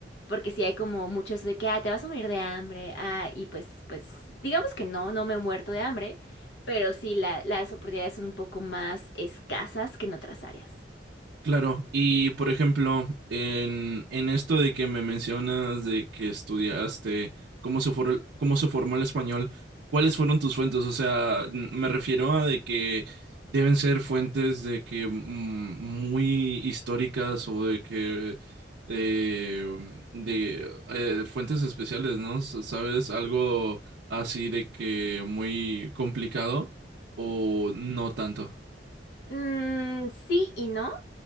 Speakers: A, on the left; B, on the right.
A: porque sí hay como mucho eso de que, ah, te vas a morir de hambre, ah, y pues, pues digamos que no, no me he muerto de hambre, pero sí la- las oportunidades son un poco más escasas que en otras áreas.
B: Claro, y por ejemplo, en, en esto de que me mencionas de que estudiaste cómo se for- cómo se formó el español, ¿cuáles fueron tus fuentes? O sea, n- me refiero a de que deben ser fuentes de que mm, muy históricas o de que eh, de eh, fuentes especiales, ¿no? S- ¿Sabes? Algo así de que muy complicado o no tanto.
A: Mm, sí y no,